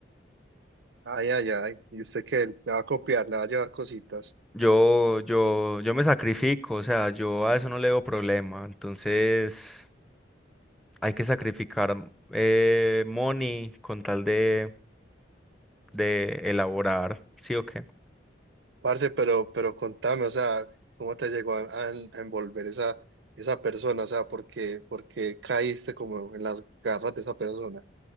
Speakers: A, on the right (about 70°); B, in the centre.
A: Ay, ay, ay, y usted que le va a copiar, le va a llevar cositas.
B: Yo, yo, yo me sacrifico, o sea, yo a eso no le veo problema, entonces hay que sacrificar mm, eh, money con tal de, de elaborar, ¿sí o qué?
A: Parce, pero, pero contame, o sea, ¿cómo te llegó a, a- a envolver esa, esa persona? O sea, ¿por qué, por qué caíste como en las garras de esa persona?